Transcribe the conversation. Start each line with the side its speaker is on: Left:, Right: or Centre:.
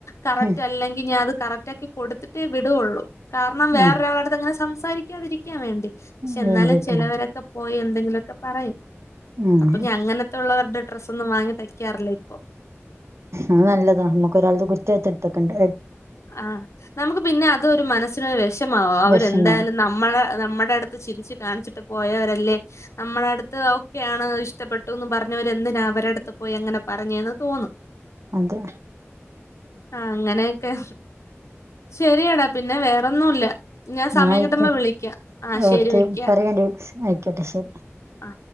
Left: കറക്റ്റ്
Right: ഉം
Left: അല്ലെങ്കി ഞാൻ അത് കറക്റ്റ് ആക്കി കൊടുത്തിട്ടേ വിടുള്ളൂ കാര്ണം വേറൊരാളടുത്ത്
Right: ഉം
Left: അങ്ങനെ സംസാരിക്കാതിരിക്കാൻ വേണ്ടി പക്ഷെ
Right: ആ
Left: എന്നാലും
Right: വേണ്ടിട്ടാ
Left: ചെിലവരൊക്കെ
Right: ആ
Left: പോയി എന്തെങ്കിലുവൊക്കെ പറയും
Right: ഉം
Left: അപ്പൊ ഞഅങ്ങൻത്തൊള്ളവരുടെ ഡ്രസ്സ് ഒന്നും വാങ്ങി തയ്ക്കാറില്ല ഇപ്പൊ
Right: അത് നല്ലതാണ് നമ്മുക്ക് ഒരാൾടെ കുറ്റം ഏറ്റെടുത്തു വക്കണ്ട
Left: ആ നമുക്ക് പിന്നെ അതും ഒരു മനസ് വിഷമാവും അവരെന്തായാലും
Right: വിഷമം
Left: നമ്മളെ നമ്മുടെ അടുത്ത് ചരിച്ച് കാണിച്ചിട്ട് പോയവരല്ലെ ല്ലേ നമ്മള അടുത്ത് ഒക്കെയാണ് ഇഷ്ടപ്പെട്ടുന്ന് പറഞ്ഞവര് എന്തിനാ അവര അടുത്ത് പോയി അങ്ങനെ പറഞ്ഞേന്ന് തോന്നും
Right: അതെ
Left: ആഹ് അങ്ങനെയൊക്കെ ശരിയടാ പിന്നെ വേറൊന്നുല്ല ഞാൻ
Right: എന്നാ
Left: സമയം
Right: ആയിക്കോട്ടെ
Left: കിട്ടുമ്പോ വിളിക്കാം ആ ശരി
Right: ഓക്കെ
Left: വെക്ക
Right: പറയണ്ടി ആയിക്കോട്ടെ ശരി
Left: ആ